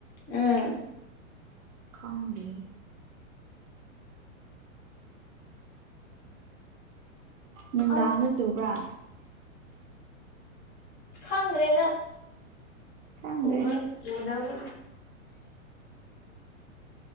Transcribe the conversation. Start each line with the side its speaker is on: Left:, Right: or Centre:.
Left: ꯎꯝ
Right: ꯈꯪꯗꯦ ꯅꯨꯡꯗꯥꯡꯒ
Left: ꯑꯂ
Right: ꯆꯨꯕ꯭ꯔꯥ
Left: ꯈꯪꯗ꯭ꯔꯦꯗ
Right: ꯈꯪꯗ꯭ꯔꯦ
Left: ꯍꯁ
Right: ꯑꯩꯁꯨ
Left: ꯌꯎꯗꯥꯕ